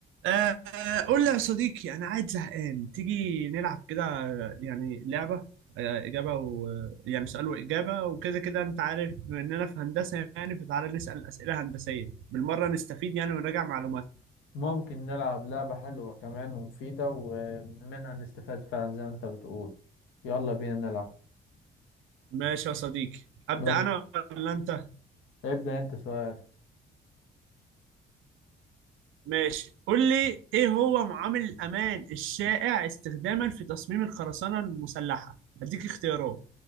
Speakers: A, on the right; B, on the left.
A: آه، قول لي يا صديقي أنا قاعد زهقان تيجي نلعب كده آه، يعني لعبة آه، إجابة و يعني سؤال وإجابة وكده كده أنت عارف بما إننا في هندسة يعني فتعالى نسأل أسئلة هندسية بالمرة نستفيد يعني ونراجع معلومات
B: ممكن نلعب لعبة حلوة كمان ومفيدة ومنها نستفاد فعلا زي ما انت بتقول يلا بينا نلعب
A: ماشي يا صديقي أبدأ
B: ماشي
A: أنا ولا أنت؟
B: ابدأ انت سؤال
A: ماشي قول لي إيه هو معامل الأمان الشائع استخداما في تصميم الخرسانة المسلحة؟ هديك اختيارات